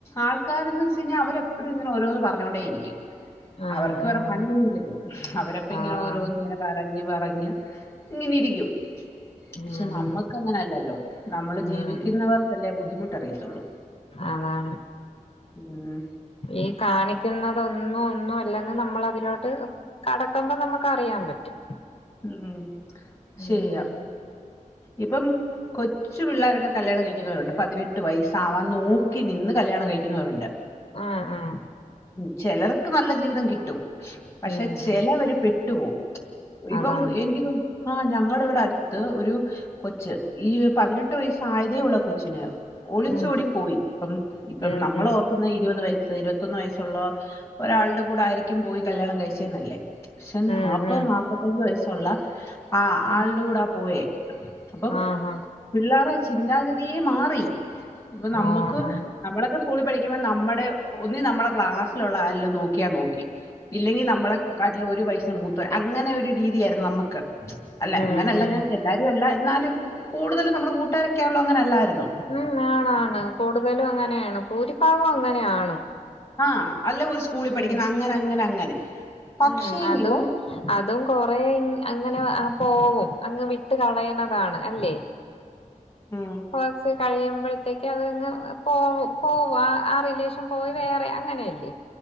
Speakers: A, on the left; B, on the left.
A: ആൾക്കാരന്ന് വെച്ച് കഴിഞ്ഞാൽ അവരെപ്പോഴും ഇങ്ങനെ ഓരോന്ന് പറഞ്ഞോണ്ടേ ഇരിക്കും
B: ആഹ്
A: അവർക്ക്
B: ആഹ്
A: പണൊന്നില്ലല്ലോ അവരപ്പ ഇങ്ങനെ
B: ആഹ്
A: ഓരോന്ന ഇങ്ങനെ പറഞ് പറഞ്ഞ്. ഇങ്ങനെ ഇരിക്കും.
B: ഉം
A: പക്ഷെ നമ്മക്ക് അങ്ങനെല്ലല്ലോ നമ്മള്
B: ഉം
A: ജീവിക്കുന്നവർക്കല്ലേ ബുദ്ധിമുട്ട് അറിയത്തുള്ളൂ.
B: അതാണ്
A: ഉം
B: ഈ കാണിക്കുന്ന അതൊന്നും ഒന്നും അല്ലങ്കിൽ നമ്മള അതിലോട്ട് കടക്കുമ്പോ നമുക്ക് അറിയാൻ പറ്റും.
A: ഉം
B: ഉം
A: ശരിയാ ഇപ്പം കൊച്ച് കൊച്ചു പിള്ളേരൊക്കെ കല്യാണം കഴിക്കുന്നവരുണ്ട് പതിനെട്ട് വയസ്സാവാൻ നോക്കി നിന്ന് കല്യാണം കഴിക്കുന്നവരുണ്ട്.
B: ആഹ ആഹ
A: ഉം ചിലർക്ക് നല്ല ജീവിതം കിട്ടും. പക്ഷെ
B: ഉം
A: ചിലവര്
B: ഉം
A: പെട്ടു പോവും. ഇപ്പം
B: അതാണ്
A: എനിക്ക് തോന്നുന്നു. ആ ഞങ്ങളുടെ ഇവിടെ അടുത്ത് ഒരു കൊച്ച് ഈ പതിനെട്ട് വയസ്സ ആയതേ ഒള്ളൂ കൊച്ചിന്. ഒളിച്ചോഓടി
B: ഉം
A: പോയി ഇപ്പം ഇപ്പം
B: ഉം
A: നമ്മളോ
B: ഉം
A: ഇരുപത് വയസ് ഇരുപത്തൊന്ന് വയസ്സുള്ള ഒരാളുടെ കൂടെ ആയിരിക്കും. പോയി കല്യാണം കഴിച്ചെന്നല്ലേ. പക്ഷെ
B: ഉം
A: നാല്പ്പത്
B: ഉം
A: നാല്പത്തഞ്ചു വയസ്സുള്ള ആ
B: ഉം
A: ആളുടെ കൂടൊ പോയ. അപ്പം
B: ആഹ് ആഹ്
A: പിള്ളേരു ചിന്താഗതിയെ മാറി. ഇപ്പൊ നമ്മുക്ക്
B: ഓഹ് അതാണ്
A: നമ്മളൊക്കെ സ്കൂളിൽ പഠിക്കുമ്പോൾ നമ്മുടെ ഒന്നി നമ്മുടെ ക്ലാസ്സിലുള്ള ആരെല്ലും നോക്കിയാ നോക്കി. ഇല്ലെങ്കിൽ നമ്മളെ കാട്ടിൽ ഒരു വയസ മൂത്ത. അങ്ങനെ. രീതിയരുന്നു നമക്ക്. അല്ല
B: ഉം
A: അങ്ങനെല്ല
B: ഉം
A: ഞാൻ ഇതല്ല എന്നാലും. കൂടുതലും നമ്മുടെ കൂട്ടുകാരൊക്കെയാണള്ളോ അങ്ങനെ അല്ലായിരുന്നു.
B: ഉം. ആണാണ്. കൂടുതലും അങ്ങനെയാണ്. ഭൂരിഭാഗം അങ്ങനെയാണ്.
A: ആഹ അല്ല ഒരു സ്കൂളിൽ പഠിക്കുന്ന.
B: ഉം
A: അങ്ങനെ അങ്ങനെ അങ്ങനെ. പക്ഷേങ്കില്
B: ഉം അതും അതും കൊറേ അങ്ങനെ പോവും. അങ്ങ് വിട്ട് കളയുന്നതാണ് അല്ലേ.
A: ഉം.
B: കൊറച്ച് കഴിയുമ്പോഴത്തേക്ക് അത്ങ്ങ് പോവ പോവും. ആ ആ റിലേഷൻ പോയി വേറെ അങ്ങനെയല്ലേ.